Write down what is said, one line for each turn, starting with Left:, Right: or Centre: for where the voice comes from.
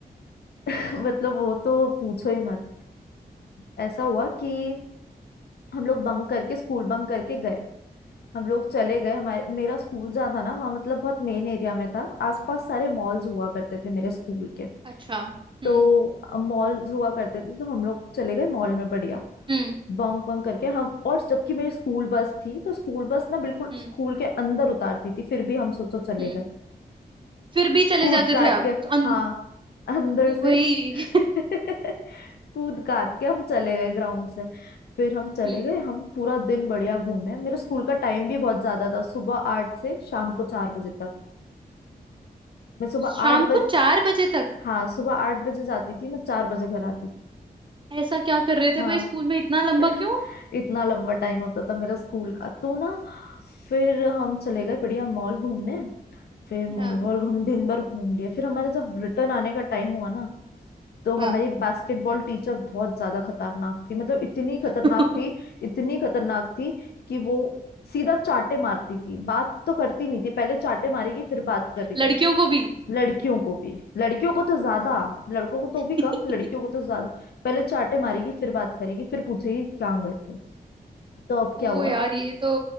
Left: <laughs> मतलब वो तो पूछो ही मत ऐसा हुआ कि हम लोग बंक करके स्कूल बंक करके गए हम लोग चले गए हमारे मेरा स्कूल जहाँ था ना वहाँ मतलब बहुत मेन एरिया में था आसपास सारे मॉल्स हुआ करते थे मेरे स्कूल के
Right: अच्छा हम्म
Left: तो मॉल्स हुआ करते थे तो हम लोग चले गए मॉल में बढ़िया
Right: हम्म
Left: बंक बंक करके हम और जबकि मेरी स्कूल बस थी तो स्कूल बस ना बिल्कुल
Right: हम्म
Left: स्कूल के अंदर उतारती थी फिर भी हम सोचो चले
Right: हम्म
Left: गए
Right: फिर भी चले
Left: कूद
Right: जाते
Left: काट
Right: थे आप
Left: के
Right: अन...
Left: हाँ अंदर
Right: ओ
Left: से
Right: भाई
Left: <laughs> कूद काट के हम चले गए ग्राउंड से फिर
Right: <laughs>
Left: हम चले
Right: हम्म
Left: गए हम पूरा दिन बढ़िया घूमे मेरे स्कूल का टाइम भी बहुत ज्यादा था सुबह आठ से शाम को चार बजे तक मैं सुबह
Right: शाम
Left: आठ बजे
Right: को चार बजे तक
Left: हाँ सुबह आठ बजे जाती थी मैं चार बजे घर आती थी
Right: ऐसा क्या कर रहे थे
Left: हाँ
Right: भाई स्कूल में इतना लंबा
Left: <laughs>
Right: क्यों
Left: इतना लंबा टाइम होता था मेरा स्कूल का तो ना फिर हम चले गए बढ़िया मॉल घूमने फिर मॉल
Right: हाँ
Left: वॉल हम दिन भर घूम लिए फिर हमारा जब रिटर्न आने का टाइम हुआ ना तो हमारी
Right: हाँ
Left: बास्केटबॉल टीचर बहुत ज्यादा खतरनाक थी मतलब इतनी खतरनाक
Right: <laughs>
Left: थी इतनी खतरनाक थी कि वो सीधा चाटे मारती थी बात तो करती नहीं थी पहले चाटे मारेगी फिर बात करेगी
Right: लड़कियों को भी
Left: लड़कियों को भी लड़कियों को तो ज्यादा लड़कों को तो भी कम
Right: <laughs>
Left: लड़कियों को तो ज्यादा पहले चाटे मारेगी फिर बात करेगी फिर पूछेगी कहाँ गए थे तो अब
Right: ओ
Left: क्या हुआ
Right: यार ये तो